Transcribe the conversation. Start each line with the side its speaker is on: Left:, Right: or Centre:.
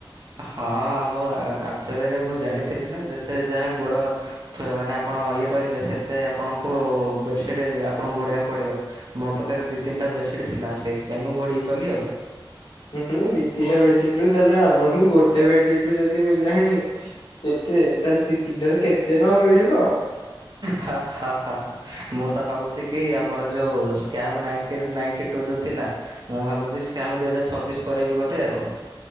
Right: ହଁ, ମୁଁ <unintelligible> ମୁଁ ଜାଣିଥିଲି ନା ଯେତେ ଯାହା ଗୋଡ ମାନେ ଆପଣ ଇଏ କରିବେ ସେତେ ଆପଣଙ୍କୁ ବେଡ଼ସିଟ୍ ଆପଣଙ୍କୁ ଘୋଡ଼ାଇବାକୁ ପଡ଼ିବ। ମୋ ପାଖରେ ଦି ତିନିଟା ବେଡସିଟ୍ ଥିଲା ସେଇଥିପାଇଁ ମୁଁ ଘୋଡ଼ିହେଇପଡିଲି ଆଉ।
Left: ହୁଁ ଦି ତିନ ବେଡସିଟ ରୁ ତାହଲେ ଆପଣଙ୍କୁ ଗୋଟେ ବେଡସିଟ ରୁ ଯଦି ମିଳିଲାଣି କେତେ ତାହେଲେ ଦି ତିନିଟାରୁ କେତେ ନ ମିଳିବ?
Right: ହା ହା ହା। ମୁଁ ତ ଭାବୁଛି କି ଆମର ଯୋଉ ସ୍କାମ୍ ନାଇଣ୍ଟି୍ ରୁ ନାଇଣ୍ଟି ଟୁ ଯୋଉ ଥିଲା ମୁଁ ଭାବୁଛି ସ୍କାମ୍ ଦୁଇ ହଜାର ଛବିଶ୍ କରିବି ଗୋଟେ ଆଉ।